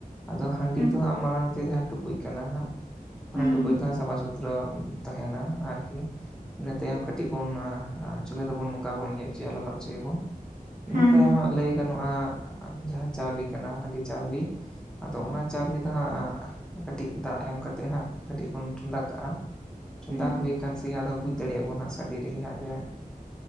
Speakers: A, in the centre; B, on the right.
A: ᱟᱫᱚ ᱦᱟᱺᱰᱤ
B: ᱦᱩᱸ
A: ᱫᱚ ᱦᱟᱸᱜ ᱢᱟᱲᱟᱝ ᱛᱮ ᱡᱟᱦᱟᱸ ᱴᱩᱠᱩᱡ ᱠᱟᱱᱟ ᱦᱟᱸᱜ ᱚᱱᱟ
B: ᱦᱩᱸ
A: ᱴᱩᱠᱩᱡ
B: ᱦᱩᱸ
A: ᱫᱚ ᱥᱟᱯᱷᱟ ᱥᱩᱛᱨᱚ ᱛᱟᱦᱮᱱᱟ ᱟᱨᱠᱤ ᱤᱱᱟᱹ ᱛᱟᱭᱚᱢ ᱠᱟᱹᱴᱤᱡ ᱵᱚᱱ ᱪᱩᱞᱦᱟᱹ ᱨᱮᱵᱚᱱ ᱱᱚᱝᱠᱟ ᱵᱚᱱᱤᱭᱟᱹ ᱦᱚᱪᱚᱭᱟ ᱞᱟᱜᱟᱣ ᱦᱚᱪᱚᱭᱟᱵᱚᱱ ᱤᱱᱟᱹ
B: ᱦᱩᱸ
A: ᱛᱟᱭᱚᱢ ᱦᱟᱸᱜ ᱞᱟᱹᱭ ᱜᱟᱱᱚᱜᱼᱟ ᱡᱟᱦᱟᱸ ᱪᱟᱣᱞᱮ ᱠᱟᱱᱟ ᱦᱟᱺᱰᱤ ᱪᱟᱣᱞᱮ ᱟᱫᱚ ᱚᱱᱟ ᱪᱟᱣᱞᱮ ᱫᱚ ᱦᱟᱸᱜ ᱠᱟᱹᱴᱤᱡ ᱫᱟᱜ ᱮᱢ ᱠᱟᱛᱮᱮᱫ ᱦᱟᱸᱜ ᱠᱟᱹᱴᱤᱡ ᱵᱚᱱ ᱪᱚᱸᱫᱟ ᱠᱟᱜᱼᱟ ᱪᱚᱸᱫᱟ
B: ᱦᱩᱸ
A: ᱦᱩᱭ ᱟᱠᱟᱱ ᱥᱮ ᱟᱫᱚᱚᱢ ᱵᱩᱡᱽ ᱫᱟᱲᱮᱭᱟᱜ ᱵᱚᱱᱟᱟᱸᱜ ᱥᱟᱰᱮ ᱨᱮᱜᱮ ᱦᱟᱸᱜ ᱡᱮ